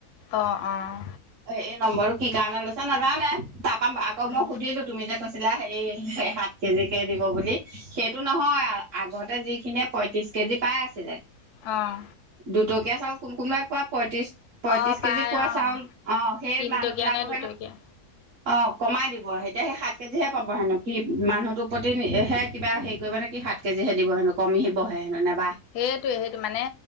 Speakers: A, on the left; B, on the right.
A: অঁ অঁ
B: এই নম্বৰটো কি কাৰণে লৈছে নাজানে তাৰপাম আকৌ
A: অঁ
B: মই সুধিলোঁ, তুমি যে কৈছিলা হেৰি সাত কেজি কে দিব বুলি সেইটো নহয়, আগতে যিখিনিয়ে পয়ত্ৰিশ কেজি পাই আছে
A: অঁ
B: দুটকীয়া চাউল কোন কোনোবাই পোৱা পয়ত্ৰিশ পয়ত্ৰিশ
A: অঁ পাই
B: কেজি পোৱা
A: অঁ
B: চাউল অ', সেই
A: তিনিটকীয়া
B: মানুহবিলাকক
A: নে দুটকীয়া
B: হেনো অ', কমাই দিব এতিয়া সেই সাত কেজি হে পাব হেনো, কি মানুহটোৰ প্ৰতিহে কিবা হেৰি কৰিব নে কি সাত কেজি হে দিব হেনো, কমিবহে নেবা
A: সেইটোৱে সেইটো, মানে